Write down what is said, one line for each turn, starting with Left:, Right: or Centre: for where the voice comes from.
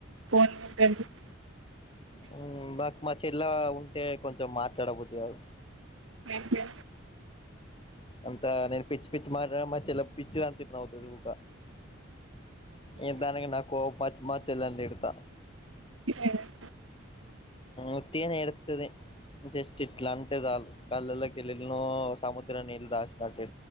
Right: <unintelligible>
Left: ఉ నాకూ మా చెల్లా ఉంటే కొంచెం మాట్లాడబుదికాదు,
Right: అంతే
Left: అంతా నేను పిచ్చి పిచ్చి మాట్లాడుతే మా చెల్లె పిచ్చిది అనుకుంటా నవ్వుతాది, ఊకా ఏ తానికి నాకూ కోపం వచ్చి మా చెల్లె ని తిడతా,
Right: <unintelligible>
Left: ఉత్తిగానే ఏడ్తది జెస్టి ఇట్లా అంటే చాలు కళ్ళల్లో కేలి ఎనో సముద్ర నీళ్లు దాశినట్టు,